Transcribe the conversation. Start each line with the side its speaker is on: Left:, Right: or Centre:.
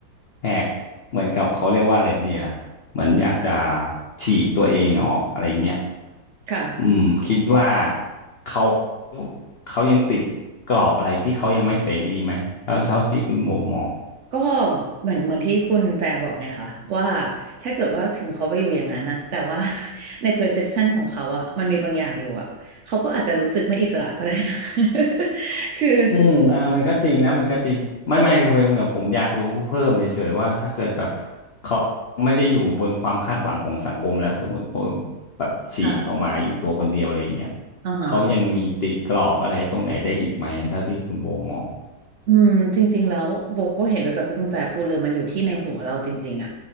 Left: แหกเหมือนกับเขาเรียกว่าอะไรดีล่ะเหมือนอยากจะฉีกตัวเองออกอะไรเงี้ย
Right: ค่ะ
Left: อืมคิดว่าเขาเขายังติดกรอบอะไรที่เขายังไม่เสรีไหมเท่าเท่าที่คุณโมมอง
Right: ก็เหมือนเหมือนที่คุณแฟร์บอกไงคะว่าถ้าเกิดว่าถึงเขาไปอยู่อย่างนั้นอะแต่ว่า <laughs> ใน perception ของเขาอะมันมีบางอย่างอยู่อะเขาก็อาจจะรู้สึกไม่อิสระก็ได้นะ <laughs> คือ
Left: อืมเออมันก็จริงนะมันก็จริงไม่ไม่เพียงกับผมอยากรู้เพิ่มเฉยๆว่าถ้าเกิดแบบ
Right: จะรู้
Left: เขาไม่ได้อยู่บนความคาดหวังของสังคมแล้วสมมุติเขาแบบฉีกออกมาอยู่ตัวคนเดียวอะไรอย่างเงี้ย
Right: ค่ะอ่าฮะ
Left: เขายังมีติดกรอบอะไรตรงไหนได้อีกไหมเท่าที่คุณโบมอง
Right: อืมจริงๆแล้วโบก็เห็นด้วยกับที่คุณแฟร์พูดเลยมันอยู่ที่ในหัวเราจริงๆอ่ะ